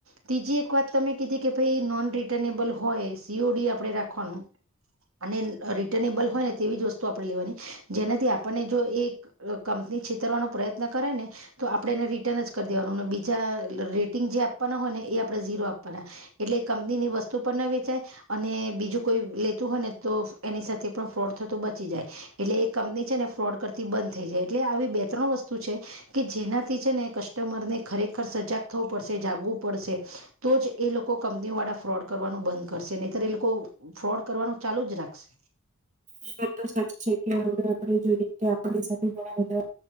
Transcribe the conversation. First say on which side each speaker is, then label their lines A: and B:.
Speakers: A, on the right; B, on the right.
A: ત્રીજી એક વાત તમે કીધી કે ભાઈ નોન રિટર્નેબલ હોય સીઓડી આપણે રાખવાનું. અને રિટર્નેબલ હોય ને તેવી જ વસ્તુ આપણે લેવાની જેનાથી આપણને જો એક કંપની છેતરવાનો પ્રયત્ન કરે ને તો આપણે એને રિટર્ન જ કર દેવાનું અને બીજા રેટિંગ જે આપવાના હોય ને એ આપણે ઝીરો આપવાના. એટલે કંપની ની વસ્તુ પણ ના વેચાય. અને બીજું કોઈ લેતું હોય ને તો એની સાથે પણ ફ્રોડ થતું બચી જાય. એટલે એ કંપની છે ને ફ્રોડ કરતી બંધ થઈ જાય. એટલે આવી બે ત્રણ વસ્તુ છે. કે જેનાથી છે ને કસ્ટમરને ખરેખર સજાગ થવું પડશે, જાગવું પડશે. તો જ એ લોકો કંપનીઓ વાળા ફ્રોડ કરવાનું બંધ કરશે નહીતર એ લોકો ફ્રોડ કરવાનું ચાલુ જ રાખશે.
B: એ વાત તો સાચી છે કે હવે આપણે જોઈએ કે આપણા સાથે ઘણા બધા